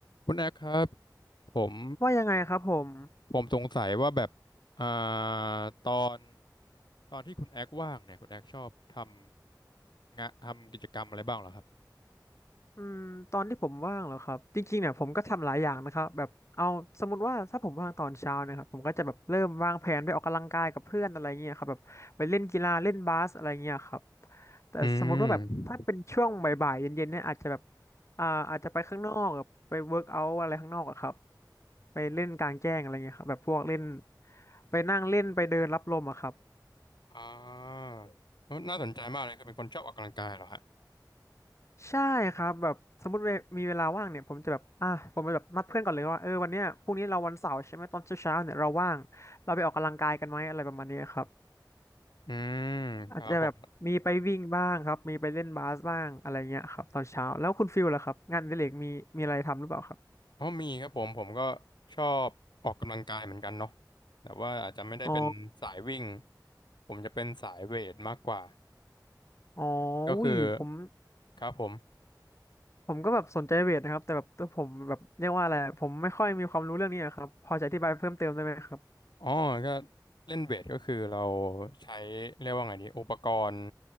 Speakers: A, on the left (about 80°); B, on the left (about 40°).
A: คุณแอคครับผม
B: ว่ายังไงครับผม
A: ผมสงสัยว่าแบบอ่าตอนตอนที่คุณแอคว่างเนี่ยคุณแอคชอบทำงะทำกิจกรรมอะไรบ้างเหรอครับ
B: อืมตอนที่ผมว่างเหรอครับจริงๆเนี่ยผมก็ทำหลายอย่างนะครับแบบเอาสมมติว่าถ้าผมว่างตอนเช้านะครับผมก็จะแบบเริ่มวางแผนไปออกกำลังกายกับเพื่อนอะไรเงี้ยครับแบบไปเล่นกีฬาเล่นบาสอะไรเงี้ยครับแต่สมมติว่าแบบถ้าเป็นช่วงบ่ายๆเย็นๆเนี่ยอาจจะแบบ
A: อืม
B: อ่าอาจจะไปข้างนอกแบบไปเวิร์กเอาท์อะไรข้างนอกอะครับไปเล่นกลางแจ้งอะไรเงี้ยครับแบบพวกเล่นไปนั่งเล่นไปเดินรับลมอะครับ
A: อ่าน่าสนใจมากเลยคือเป็นคนชอบออกกำลังกายเหรอฮะ
B: ใช่ครับแบบสมมติเวมีเวลาว่างเนี่ยผมจะแบบอ่ะผมจะแบบนัดเพื่อนก่อนเลยว่าเออวันเนี้ยพรุ่งนี้เราวันเสาร์ใช่ไหมตอนเช้าเเนี่ยเราว่างเราไปออกกำลังกายกันไหมอะไรประมาณนี้ครับ
A: อืมครับผม
B: อาจจะแบบมีไปวิ่งบ้างครับมีไปเล่นบาสบ้างอะไรเงี้ยครับตอนเช้าแล้วคุณฟิลล่ะครับงานอดิเรกมีมีอะไรทำหรือเปล่าครับ
A: อ๋อมีครับผมผมก็ชอบออกกำลังกายเหมือนกันเนาะแต่ว่าอาจจะไม่ได้เป็นสายวิ่ง
B: อ๋อ
A: ผมจะเป็นสายเวทมากกว่า
B: อ๋อ
A: ก็คือ
B: อุ้ยผม
A: ครับผม
B: ผมก็แบบสนใจเวทนะครับแต่แบบตัวผมแบบเรียกว่าอะไรผมไม่ค่อยมีความรู้เรื่องนี้อะครับพอจะอธิบายเพิ่มเติมได้ไหมครับ
A: อ๋อก็เล่นเวทก็คือเราใช้เรียกว่าไงดีอุปกรณ์